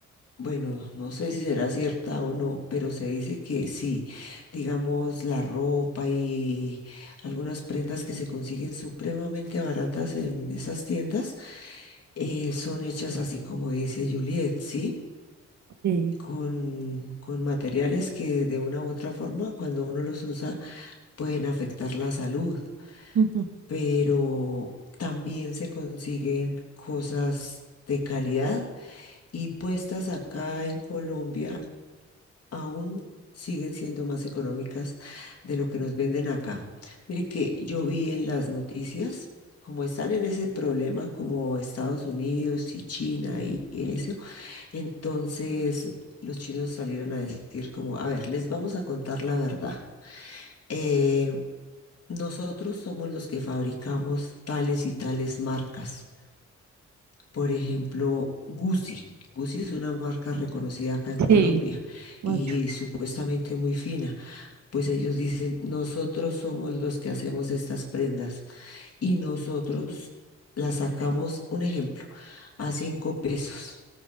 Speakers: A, on the left (about 55°); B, on the right (about 75°).
A: bueno, no sé si será cierta o no, pero se dice que sí, digamos, la ropa y algunas prendas que se consiguen supremamente baratas en esas tiendas eh, son hechas así como dice Juliet, ¿sí?
B: Sí,
A: con, con materiales que de una u otra forma, cuando uno los usa, pueden afectar la salud,
B: ujú,
A: pero también se consiguen cosas de calidad y puestas acá en Colombia aún siguen siendo más económicas de lo que nos venden acá. Mire que yo vi en las noticias, como están en ese problema como Estados Unidos y China y y eso, entonces los chinos salieron a decir como, a ver, les vamos a contar la verdad. Eh, nosotros somos los que fabricamos tales y tales marcas. Por ejemplo, Gucci. Gucci es una marca reconocida acá en Colombia
B: sí, mucho.
A: y supuestamente muy fina. Pues ellos dicen, nosotros somos los que hacemos estas prendas y nosotros las sacamos, un ejemplo, a cinco pesos